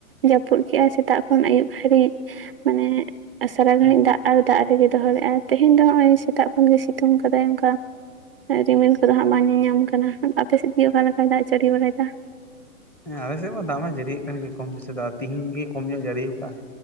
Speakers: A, on the right; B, in the centre.
A: ᱡᱟᱹᱯᱩᱫ ᱠᱮᱜ-ᱟᱭ ᱥᱮᱛᱟᱜ ᱠᱷᱚᱱ ᱟᱹᱭᱩᱵ ᱦᱟᱹᱨᱤᱡ ᱢᱟᱱᱮ ᱥᱟᱨᱟ ᱜᱷᱟᱹᱲᱤᱡ
B: ᱚ
A: ᱫᱟᱜ ᱟᱨ ᱫᱟᱜ ᱨᱮᱜᱮ ᱫᱚᱦᱚ ᱞᱮᱫᱼᱟ ᱛᱮᱦᱮᱧ ᱫᱚ ᱱᱚᱜ ᱚᱭ ᱥᱮᱛᱟᱜ ᱠᱷᱚᱱ ᱜᱮᱭ ᱥᱤᱛᱩᱝ ᱠᱟᱫᱟᱭ ᱚᱱᱠᱟ ᱨᱤᱢᱤᱞ ᱠᱚᱫᱚ ᱦᱟᱸᱜ ᱵᱟᱝ ᱧᱮᱧᱟᱢ ᱠᱟᱱᱟ ᱟᱯᱮ ᱥᱮᱫ ᱜᱮ ᱚᱠᱟ ᱞᱮᱠᱟ ᱫᱟᱜ ᱮ ᱡᱟᱹᱲᱤ ᱵᱟᱲᱟᱭᱮᱫᱟ
B: ᱦᱮᱸ ᱟᱞᱮ ᱥᱮᱫ ᱢᱟ ᱫᱟᱜ ᱢᱟ ᱡᱟᱹᱲᱤᱭᱮᱜ ᱠᱟᱱ ᱜᱮᱭᱟ ᱠᱚᱢ ᱵᱮᱥᱤ ᱫᱚ ᱛᱤᱦᱤᱧ ᱜᱮ ᱠᱚᱢ ᱧᱚᱜᱼᱮ ᱡᱟᱹᱲᱤᱭᱟᱠᱟᱜᱼᱟ